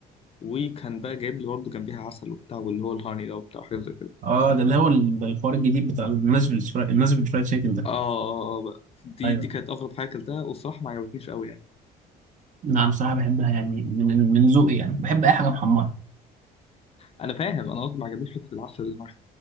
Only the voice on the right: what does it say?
اه ده اللي هو ال- ده الحوار الجديد بتاع الناشفيل الناشفيل فرايد تشيكن ده
ايوه
نعم بصراحة بحبها يعني من من ذوقي يعني بحب أي حاجة محمرة